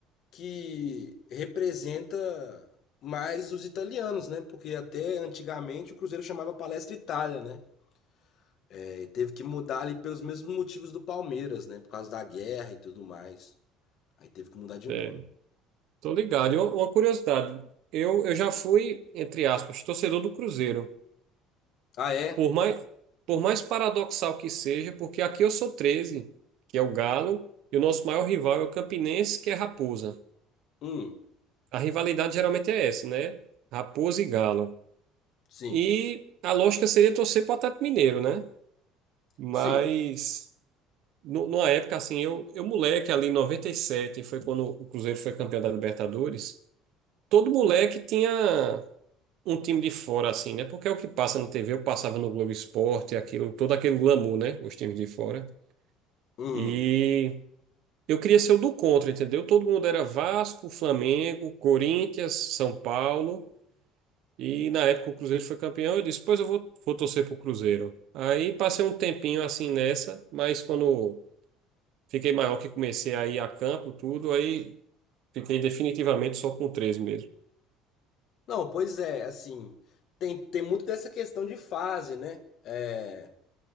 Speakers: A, on the left (about 45°); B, on the right (about 60°).
A: que representa mais os italianos, né? Porque até antigamente o Cruzeiro chamava Palestra Itália, né? É, e teve que mudar ali pelos mesmos motivos do Palmeiras, né? Por causa da guerra e tudo mais. Aí teve que mudar de
B: É,
A: nome.
B: tô ligado. E uma uma curiosidade, eu, eu já fui, entre aspas, torcedor do Cruzeiro.
A: Ah, é?
B: Por mais, por mais paradoxal que seja, porque aqui eu sou treze que é o Galo, e o nosso maior rival é o Campinense, que é Raposa.
A: Hum,
B: A rivalidade geralmente é essa, né? Raposa e Galo.
A: sim.
B: E a lógica seria torcer para o Atlético Mineiro, né? Mas
A: Sim.
B: nu- numa época assim, eu, eu moleque ali em noventa e sete foi quando o Cruzeiro foi campeão da Libertadores, todo moleque tinha um time de fora assim, né? Porque é o que passa na TV, eu passava no Globo Esporte, aquilo, todo aquele glamour, né? Os times de fora.
A: Uhum.
B: E eu queria ser o do contra, entendeu? Todo mundo era Vasco, Flamengo, Corinthians, São Paulo. E na época o Cruzeiro foi campeão. Eu disse, pois eu vou, vou torcer pro Cruzeiro. Aí passei um tempinho assim nessa, mas quando fiquei maior que comecei a ir a campo, tudo, aí fiquei definitivamente só com três mesmo.
A: Não, pois é, assim, tem, tem muito dessa questão de fase, né? É,